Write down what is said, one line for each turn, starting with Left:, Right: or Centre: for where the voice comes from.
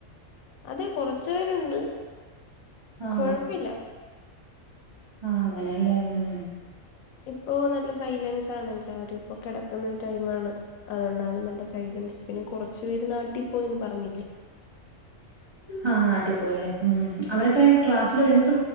Left: അതെ കൊറചെരുണ്ട്
Right: ആഹ്
Left: കൊഴപ്പില്ല
Right: ആഹ് അങ്ങനെയല്ലേ ഉം
Left: ഇപ്പോ നല്ല സൈലൻസ് ആണല്ലാവരും കിടക്കുന്ന ടൈമാണ് അതുകൊണ്ടാണ് നല്ല സൈലൻസ് പിന്നെ കുറ പച്ച പേര് നാട്ടിൽ പോയന്ന് പറഞ്ഞില്ലേ
Right: ആഹ് നാട്ടിൽ പോയല്ലേ ഉം അവരൊക്കെ ക്ലാസ്സിൽ ഒരുമിച്ച്